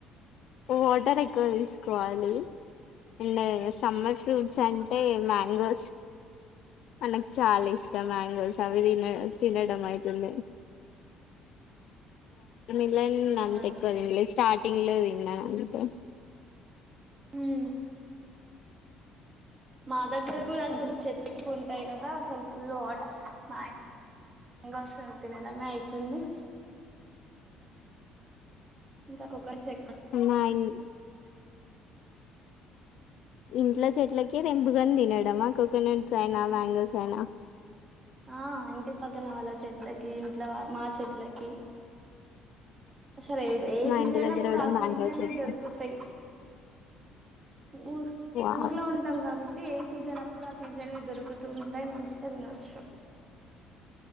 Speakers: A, on the left; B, on the right.
A: ఓ వాటర్ ఎక్కువ తీసుకోవాలి ఇంట సమ్మర్ ఫ్రూట్స్ అం ఏ మ్యాంగోస్ మనకు చాలా ఇష్టం మ్యాంగోస్ అవి తిన తినడం అయితుంది మిలన్ అంత
B: అవునా
A: ఎక్కువ తినలే స్టార్ట్ ఇలాది నాన్నకు
B: ఉమ్ మా దగ్గర కూడా అసలు చెటకు ఉంటాయి కదా అసలు ఫుల్ వాట్ మాయ్ గోస్ తినడమే ఐతుంది ఇంకా కోక సే
A: మా ఇన్ ఇంట్లో చెట్లకి కేదేం భుగందినడం కు కోకోనట్స్ ఐనా మ్యాంగోస్ అయినా
B: ఆ ఇంటి పక్కన వాళ్ళ చెట్లకి ఇంట్లో మా చెట్లకి అసలు ఏ
A: మా
B: సీజన్
A: ఇంటి దగ్గర
B: అ అప్పుడు
A: కూడా
B: ఆ
A: మ్యాంగో
B: సీజన్వి
A: చెట్టు
B: దొరుకుతయ్ ఊ
A: వావ్
B: ఊర్లో ఉంటాం కాబ అయితే ఏ సీజన్ అప్పుడు ఆ సీజన్వి దొరుకుతూ ఉంటాయి మంచిగా తినొచ్చు